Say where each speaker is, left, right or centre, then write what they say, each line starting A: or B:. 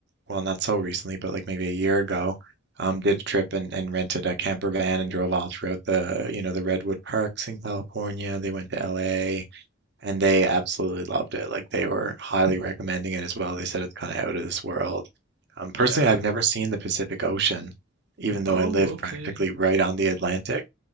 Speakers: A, on the right; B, on the right.
A: well, not so recently, but like maybe a year ago, um, did a trip and, and rented a camper van and drove all throughout the, you know, the Redwood parks in California. They went to LA. and they absolutely loved it. Like they were highly recommending it as well. They said it's kind of out of this world. Um,
B: yeah.
A: personally, I've never seen the Pacific Ocean, even though
B: Oh,
A: I live
B: okay.
A: practically right on the Atlantic.